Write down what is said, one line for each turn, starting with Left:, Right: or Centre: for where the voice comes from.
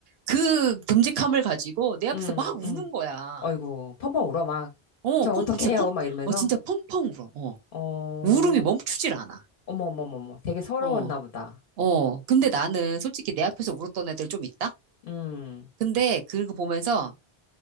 Right: 그 듬직함을 가지고 내 앞에서
Left: 응,
Right: 막 우는
Left: 응.
Right: 거야.
Left: 어이구, 펑펑 울어, 막.
Right: 어,
Left: 저
Right: 펑펑
Left: 어떡해요?
Right: 진짜 펑
Left: 막 이러면서.
Right: 어, 진짜 펑펑 울어. 어.
Left: 어,
Right: 울음이 멈추질 않아.
Left: 어머, 어머, 어머, 어머. 되게 서러웠나
Right: 어.
Left: 보다.
Right: 어. 근데 나는 솔직히 내 앞에서 울었던 애들 좀 있다.
Left: 음,
Right: 근데 그거 보면서